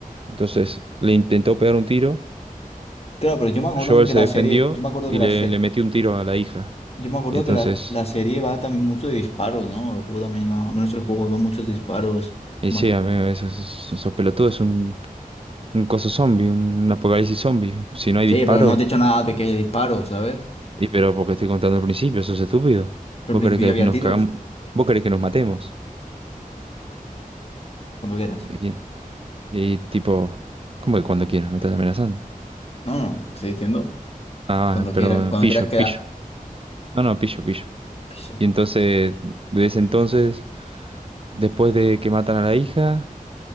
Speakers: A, on the right (about 40°); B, on the left (about 45°).
A: Entonces le intentó pegar un tiro,
B: Claro, pero yo me acuerdo
A: Joel
B: que
A: se
B: la
A: defendió
B: serie, yo me acuerdo
A: y
B: que la
A: le,
B: se-
A: le metió un tiro a la hija.
B: yo me acuerdo
A: Y entonces,
B: que la, la serie va también mucho de disparos, ¿no? El juego también va, al menos el juego va muchos disparos.
A: y
B: Ma-
A: sí, amigo, esos, esos esos pelotudos es un, un coso zombie, un apocalipsis zombie. Si no
B: Sí,
A: hay disparos.
B: pero no has dicho nada de que haya disparos, ¿sabes?
A: Y pero porque estoy contando al principio, eso es estúpido.
B: Pero
A: ¿Vos
B: al principio
A: querés que
B: había
A: nos
B: tiros,
A: cagamos? ¿Vos querés que nos matemos?
B: cuando quieras.
A: Y, y tipo, ¿cómo que cuando quieras? Me estás amenazando.
B: No, estoy diciendo
A: Ah,
B: cuando
A: perdón,
B: quieras, cuando
A: pillo,
B: quieras queda.
A: pillo. No, no, pillo, pillo.
B: Pisa.
A: Y entonces, desde entonces, después de que matan a la hija,